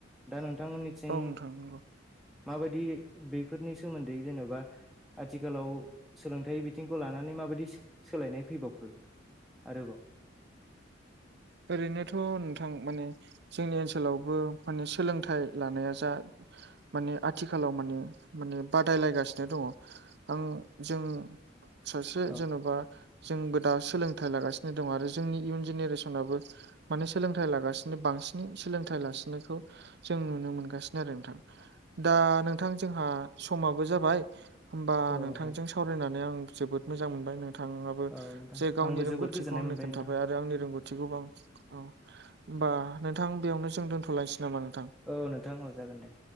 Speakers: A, in the centre; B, on the right.
A: दा नोंथांमोननि जं
B: नोंथां नंगौ
A: माबायदि बेफोरनि सोमोन्दै जेनेबा आथिखालाव सोलोंथायाइ बिथिंखौ लानानै माबायदि सोलायनाय फैबावखो आरोबाव
B: ओरैनोथ' नोंथां माने जोंनि ओनसोलावबो माने सोलोंथाइ लानाया जा माने आथिखालाव माने माने बादायलायगासिनो दङ आं जों सासे
A: औ
B: जेन'बा जोंबो दा सोलोंथाइ लागासिनो दं आरो जोंनि इयुन जेनेरेसनाबो माने सोलोंथाइ लागासिनो बांसिनै सोलोंथाइ लासिनायखौ जों नुनो मोनगासिनो आरो नोंथां दा नोंथां जोंहा समाबो जाबाय होमबा
A: औ
B: नोंथांजों
A: नोंथां
B: सावरायनानै आं जोबोद मोजां मोनबाय नों थाङाबो
A: औ नोंथां
B: जे गावनि
A: आंबो
B: रोंगौथिखौ
A: जोबोद गोजोननाय
B: आंनो
A: मोनबाय
B: खोन्थाबाय
A: नोंथां
B: आरो आंनि रोंगौथि गोबां औ होनोमबा नोंथां बेयावनो जों दोन्थ'लायनोसै नामा नोंथां
A: औ नोंथां औ जागोन दे